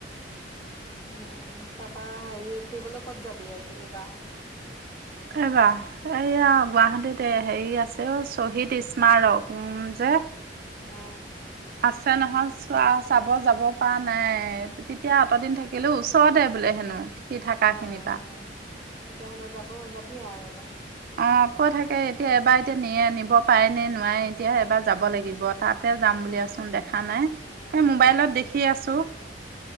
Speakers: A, on the left (about 30°); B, on the right (about 55°).
A: উম, তাৰপা হেৰি ফুৰিবলৈ ক'ত যাবি আজি এইবাৰ?
B: <unintelligible> এইয়া গুৱাহাটীত হেৰি আছে অ, শ্বহীদ স্মাৰক উম, যে।
A: অ',
B: আছে নহয় চোৱা চাব যাব পাৰা নাই, তেতিয়া অতদিন থাক কিলো ওচৰতে বোলে হেনো সি থাকাখিনিৰ
A: অঁ অঁ
B: পৰা।
A: তেতিয়াহলে যাব যাবি আৰু এবাৰ।
B: অ ক থাকে এতিয়া এবাৰ এতিয়া নিয়ে নিব পাৰে নে নোৱাৰে এতিয়া এবাৰ যাব লাগিব। তাতে যাম বুলিয়চোন দেখা নাই
A: অঁ।
B: এই মোবাইলত দেখি আছো।